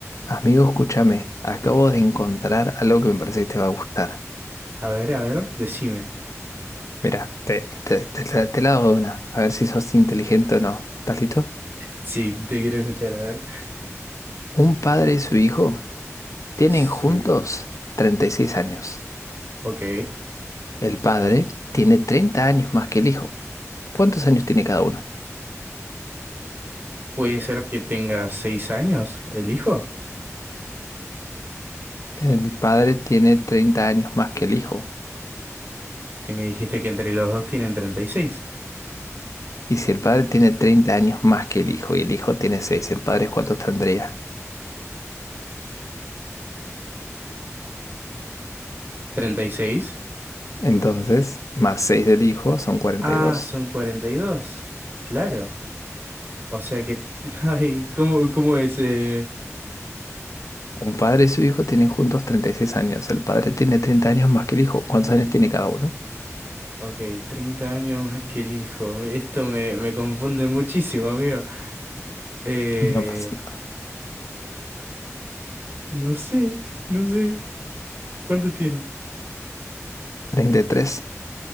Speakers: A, on the left; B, on the right.
A: Amigo, escúchame, acabo de encontrar algo que me parece que te va a gustar.
B: A ver, a ver, decime.
A: Mira, te, te, te, te, te la hago de una, a ver si sos inteligente o no. ¿Estás listo?
B: Sí, te quiero escuchar, a ver.
A: Un padre y su hijo tienen
B: Sí,
A: juntos 36 años.
B: ok.
A: El padre tiene 30 años más que el hijo. ¿Cuántos años tiene cada uno?
B: Puede ser que tenga seis años el hijo.
A: El padre tiene 30 años más que el hijo.
B: Y me dijiste que entre los dos tienen treinta treinta y seis,
A: Y si el padre tiene 30 años más que el hijo y el hijo tiene 6, ¿el padre cuántos tendría?
B: ¿treinta y seis,
A: Entonces, más 6 del hijo son 42.
B: Ah, son cuarenta y dos, Claro. O sea que... <laughs> Ay, ¿cómo, cómo es? eh?
A: Un padre y su hijo tienen juntos 36 años. El padre tiene 30 años más que el hijo. ¿Cuántos años tiene cada uno?
B: Ok, 30 años más que el hijo. Esto me, me confunde muchísimo, amigo. Eh,
A: No pasa nada.
B: no sé, no sé. ¿Cuánto tiene?
A: 33.